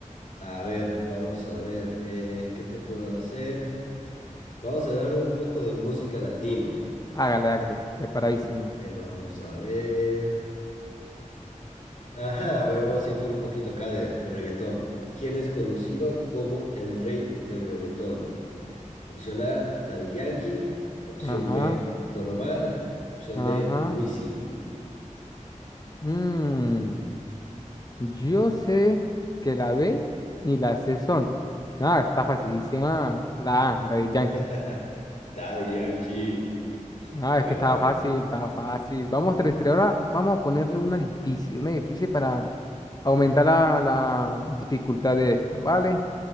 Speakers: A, on the left (about 70°); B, on the left (about 30°).
A: a ver, vamos a ver, eh, ¿qué te puedo hacer? Vamos a hablar de un poco de música latina.
B: Hágale, hágale. Preparadísimo.
A: A ver, vamos a ver. Ajá, a ver, vamos a ir con un poquito acá de, de reggaetón. ¿Quién es conocido como el rey del reggaetón? Opción A, Daddy Yankee. Opción
B: Ajá,
A: B, Don Omar. Opción
B: ajá.
A: D, Wisin.
B: Mm. Yo sé que la B ni la C son. Nada, está facilísima la A, la de Yankee.
A: <laughs> Daddy Yankee.
B: Nada,
A: Buena,
B: es que estaba
A: buena.
B: fácil, estaba fácil. Vamos, tres tres Ahora vamos a ponerle una difícil, una difícil para aumentar la, la dificultad de esto, ¿vale?